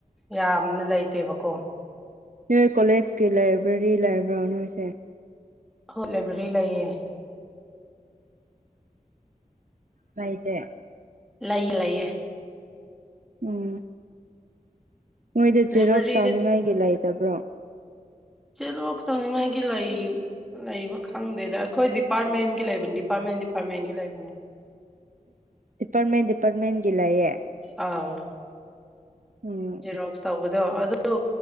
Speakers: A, in the centre; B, on the right.
A: ꯌꯥꯝꯅ ꯂꯩꯇꯦꯕꯀꯣ
B: ꯅꯣꯏ ꯀꯣꯂꯦꯖꯀꯤ ꯂꯥꯏꯕ꯭ꯔꯦꯔꯤ ꯂꯩꯕ꯭ꯔꯥ ꯅꯣꯏꯁꯦ
A: ꯍꯣꯏ ꯂꯥꯏꯕ꯭ꯔꯦꯔꯤ ꯂꯩꯌꯦ
B: ꯉꯇꯦ
A: ꯂꯩꯌꯦ ꯂꯩꯌꯦ
B: ꯎꯝ ꯅꯣꯏꯗ
A: ꯂꯥꯏꯕ꯭ꯔꯦꯔꯤꯗ
B: ꯖꯦꯔꯣꯛꯁ ꯆꯥꯎꯅꯤꯡꯉꯥꯏꯒꯤ ꯂꯩꯇꯕ꯭ꯔꯣ
A: ꯆꯦꯜꯂꯣꯛ ꯇꯧꯅꯤꯡꯉꯥꯏꯒꯤ ꯂꯩ ꯂꯩꯕ ꯈꯪꯗꯦꯗ ꯑꯩꯈꯣꯏ ꯗꯤꯄꯥꯔꯠꯃꯦꯟꯒꯤ ꯂꯩꯕꯅꯤ ꯗꯤꯄꯥꯔꯠꯃꯦꯟ ꯗꯤꯄꯥꯔꯠꯃꯦꯟꯒꯤ ꯂꯩꯕꯅꯦ
B: ꯗꯤꯄꯥꯔꯠꯃꯦꯟ ꯗꯤꯄꯥꯔꯠꯃꯦꯟꯒꯤ ꯂꯩꯌꯦꯦ
A: ꯑꯥ
B: ꯎꯝ
A: ꯖꯦꯔꯣꯛꯁ ꯇꯧꯕꯗꯣ ꯑꯣ